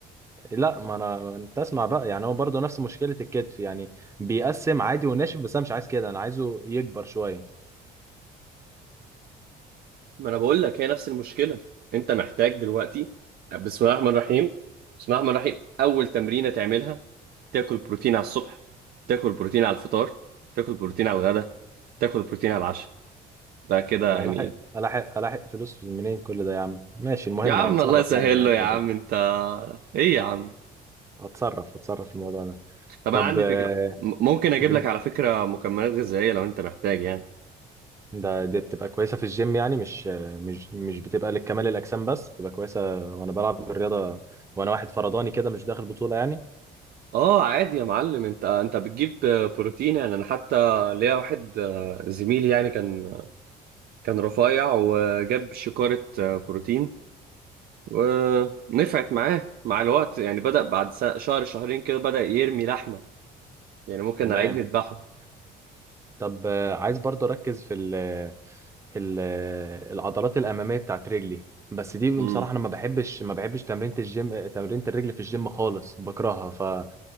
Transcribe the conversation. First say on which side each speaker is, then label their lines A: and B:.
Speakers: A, on the right; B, on the right.
A: لا ما انا انت اسمع بقى يعني هو برضو نفس مشكلة الكتف يعني بيقسم عادي وناشف بس انا مش عايز كده انا عايزه يكبر شوية
B: ما انا بقول لك هي نفس المشكله انت محتاج دلوقتي بسم الله الرحمن الرحيم بسم الله الرحمن الرحيم اول تمرينه تعملها تاكل بروتين على الصبح تاكل بروتين على الفطار تاكل بروتين على الغداء تاكل بروتين على العشاء ده كده
A: انا
B: يعني
A: الاحق الاحق الاحق فلوس منين كل ده يا عم ماشي المهم
B: يا عم
A: اتصرف
B: الله يسهل
A: يعني في الحتة
B: له يا عم
A: دي
B: انت ايه يا عم
A: هتصرف هتصرف في الموضوع ده
B: طب
A: طب
B: انا عندي
A: آه،
B: فكرة م- ممكن اجيب
A: بن...
B: لك على فكرة مكملات غذائية لو انت محتاج يعني
A: ده دي بتبقى كويسة في الجيم يعني مش آه، مش مش بتبقى لكمال الأجسام بس بتبقى كويسة وأنا بلعب الرياضة وأنا واحد فرداني كده مش داخل بطولة يعني
B: اه عادي يا معلم انت انت بتجيب بروتين يعني انا حتى ليا واحد آه، زميلي يعني كان كان رفيع وجاب شكارة آه، بروتين ونفعت معاه مع الوقت يعني بدأ بعد س- شهر شهرين كده بدأ يرمي لحمة يعني ممكن
A: تمام
B: على العيد نذبحه
A: طب آه، عايز برضه أركز في ال... ال... العضلات الأمامية بتاعت رجلي بس دي
B: امم
A: بصراحة أنا ما بحبش ما بحبش تمرينة الجيم آه، تمرينة الرجل في الجيم خالص بكرهها